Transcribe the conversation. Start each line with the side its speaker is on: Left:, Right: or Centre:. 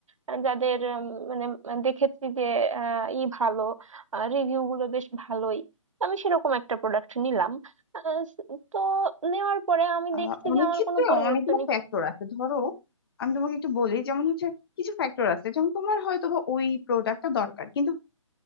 Right: আহ, যাদের উম, মানে আহ, দেখেছি যে আহ, ই ভালো রিভিউ গুলো বেশ ভালোই তো আমি সেরকম একটা প্রোডাক্ট নিলাম আহ, তো নেওয়ার পরে আমি
Left: আহ,
Right: দেখছি
Left: অনেক
Right: যে আমার
Left: ক্ষেত্রে
Right: কোনো পরিবর্তনই
Left: অনেকগুলো ফ্যাক্টর আছে ধরো আমি তোমাকে একটু বলি যেমন হচ্ছে কিছু ফ্যাক্টর আছে যেমন তোমার হয়তো বা ওই প্রোডাক্টটা দরকার কিন্তু